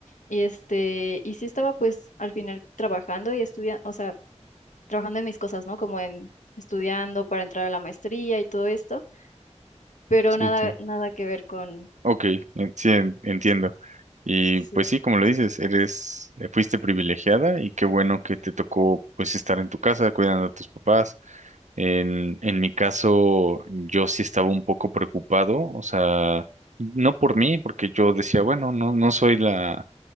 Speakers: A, on the left; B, on the right.
A: y este, y sí estaba pues al final trabajando y estudiando, o sea, trabajando en mis cosas, ¿no? Como en estudiando para entrar a la maestría y todo esto, pero
B: Sí,
A: nada,
B: sí.
A: nada que ver con
B: Ok, en- sí, en- entiendo. Y
A: sí.
B: pues sí, como lo dices, eres, eh, fuiste privilegiada y qué bueno que te tocó pues estar en tu casa cuidando a tus papás. En, en mi caso, yo sí estaba un poco preocupado, o sea, no por mí, porque yo decía, bueno, no, no soy la,